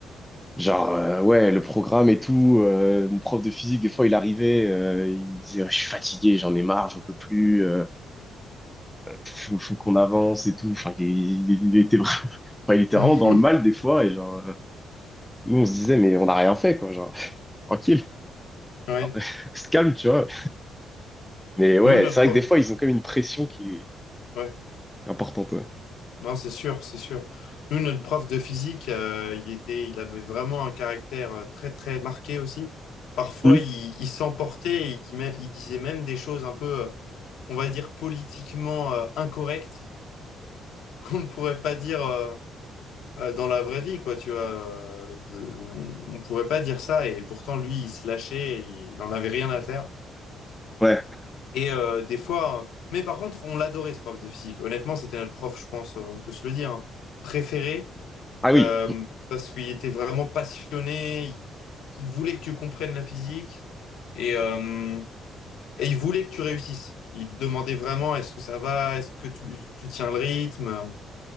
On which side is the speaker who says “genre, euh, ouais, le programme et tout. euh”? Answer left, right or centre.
Centre